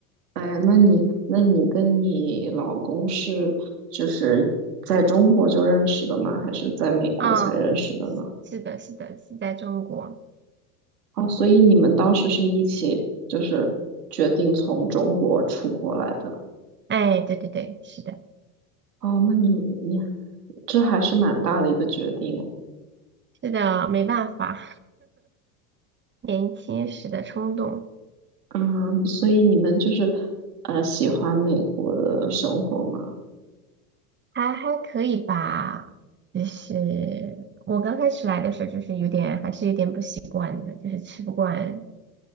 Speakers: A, on the right; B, on the right.
A: 哎，那你那你跟你老公是就是在中国就认识的吗？还是在美国才认识的呢？
B: 啊，是的，是的，是在中国。
A: 哦，所以你们当时是一起就是决定从中国出国来的。
B: 哎，对对对，是的，
A: 哦，那你你这还是蛮大的一个决定诶。
B: 是的，没办法，年轻时的冲动。
A: 嗯，所以你们就是呃喜欢美国的生活吗？
B: 还还可以吧，就是我刚开始来的时候，就是有点还是有点不习惯的，就是吃不惯